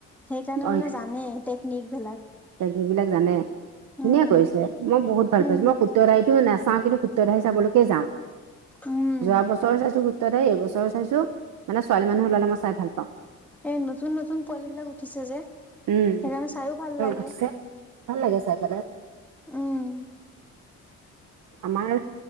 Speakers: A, in the centre; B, on the right.
A: সেইকাৰণে
B: অ
A: মানে জানেই। টেকনিক বিলাক।
B: টেকনিক বিলাক জানে।
A: উম,
B: ধুনীয়া কৰিছে মই বহুত ভাল
A: হুম,
B: পাইছো মই সুত্ৰৰতো। নাচাওঁ কিন্তু সূত্ৰধাৰি চাবলৈকে যাওঁ।
A: উম,
B: যোৱা বছৰ চাইছো। তাতে এইবছৰ চাইছো মানে ছোৱালী মানুহ ওলালে মই চাই ভাল পাওঁ।
A: এ নতুন নতুন পোৱালি বিলাক উঠিছে যে
B: উম
A: সেইকাৰণে। চাইও ভাল লাগে।
B: উঠিছে ভাল লাগে চাই পেলাই।
A: উম,
B: আমাৰ